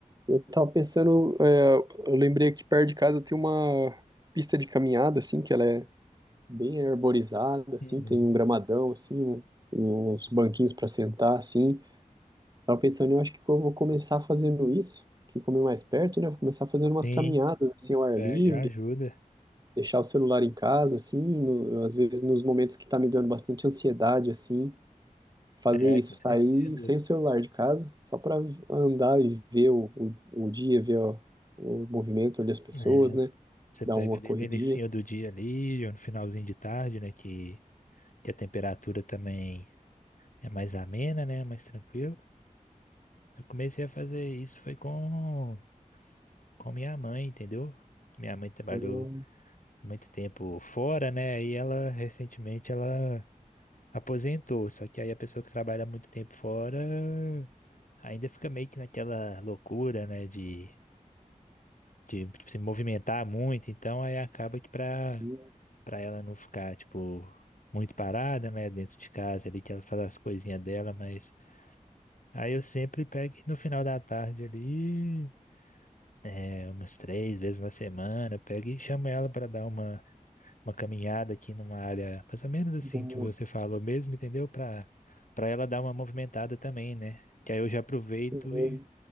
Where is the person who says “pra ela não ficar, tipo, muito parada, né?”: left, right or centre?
Left